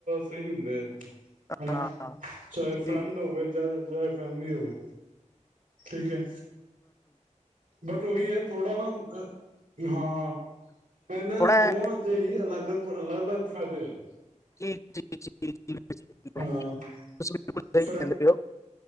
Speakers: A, on the right (about 85°); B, on the left (about 25°).
A: ਸਹੀ ਹੁੰਦੇ ਹੈ ਹਨਾ
B: ਹਾਂ
A: ਚਾਹੇ ਫਰੰਡ
B: ਜੀ
A: ਹੋਵੇ ਚਾਹ ਚਾਹੇ ਫੈਮਲੀ ਹੋਵੇ ਠੀਕ ਐ ਬਟ ਉਹੀ ਹੈ ਥੋੜਾ ਨਾ ਅ ਹਾਂ ਇਹਨਾਂ
B: ਥੋੜਾ
A: ਦੋਵਾਂ ਦੇ ਹੀ ਅਲੱਗ ਅਲੱਗ ਅਲੱਗ ਫ਼ਾਇਦੇ ਹਨ
B: ਜੀ ਜੀ ਜੀ ਤੁਸੀਂ ਬਿਲਕੁਲ
A: ਹਾਂ
B: ਸਹੀ
A: ਫਿਰ
B: ਕਹਿੰਦੇ ਪਏ ਹੋ